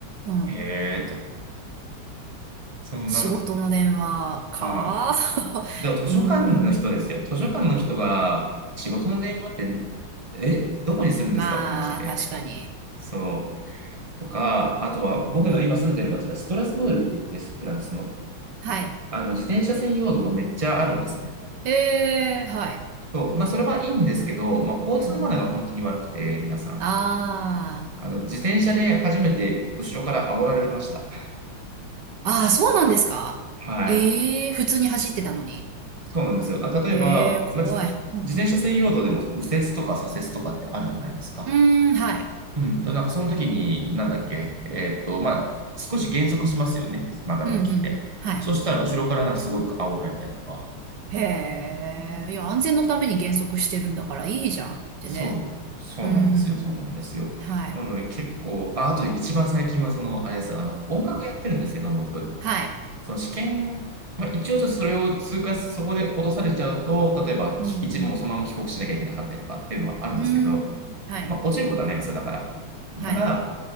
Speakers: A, on the right; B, on the right.
A: うん。
B: へえと、
A: うん。
B: そんなのと、
A: 仕事の電話か
B: は
A: <laughs>
B: い。でも図書館の人ですよ。
A: うーん。
B: 図書館の人が仕事の電話って、え、どこにするんですかって話で、
A: まあ、確かに。
B: そう。とか、あとは僕の今住んでる町がストラスブールって言って、
A: うん。
B: フランスの、
A: はい。
B: あの、自転車専用道がめっちゃあるんですね。
A: ええ、はい。
B: そう。まあ、それはいいんですけど、まあ、交通マナーが本当に悪くて、
A: うんうん。
B: 皆さん。
A: あ
B: あの、自転車で初めて後ろから煽られました。
A: あ。ああ、そうなんですかええ、
B: はい。
A: 普通に走ってたのに。
B: そうなんですよ。だ例えば、
A: ええ、怖い。
B: まあ、自自転車専用道でも右折とか左折とかってあるじゃないですか。
A: うん、うん。うーん、はい。
B: うん。と、なんかその時に、なんだっけ、えーっと、まあ、少し減速しますよね。曲がる時って。
A: うん、うん、うん。は
B: そしたら、後ろからなんかすごい煽られたりとか。
A: い。へえ。いや、安全のために減速してるんだからいいじゃんってね。
B: そう、そうなんですよ。
A: うーん。
B: そうなんですよ。
A: はい。
B: なので結構、あ、あと一番最近はその、あれです。あの、音楽やってるんですけど、僕。
A: はい。
B: その試験、まあ、一応ちょっとそれを通過し、そこで落とされちゃうと、例えばき一部もそのまま帰国しなきゃいけなかったりとかっていうのはあるんですけど、
A: うん、うん。うーん。はい。
B: まあ、落ちることはないんですよ、だから。
A: はい。
B: ただ、